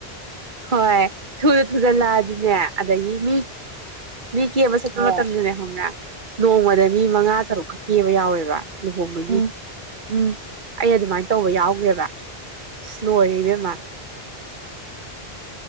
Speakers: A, on the right (about 50°); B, on the right (about 70°).
A: ꯍꯣꯏ ꯊꯨꯅ ꯊꯨꯖꯂꯛꯑꯗꯤꯅꯦ ꯑꯗ ꯍ ꯃꯤ ꯃꯤ ꯀꯦꯕ ꯆꯠꯄ
B: ꯍꯣꯏ
A: ꯃꯇꯝꯗꯅꯦ ꯈꯪꯕꯔꯥ ꯅꯣꯡꯃꯗ ꯃꯤ ꯃꯉꯥ ꯇꯔꯨꯛꯀ ꯀꯦꯕ ꯌꯥꯎꯋꯦꯕ ꯂꯨꯍꯣꯡꯕꯒꯤ
B: ꯎꯝ ꯎꯝ
A: ꯑꯩ ꯑꯗꯨꯃꯥꯏꯟ ꯇꯧꯕ ꯌꯥꯎꯈ꯭ꯔꯦꯕ ꯁꯤꯁ ꯂꯣꯏꯔꯦ ꯏꯕꯦꯝꯃ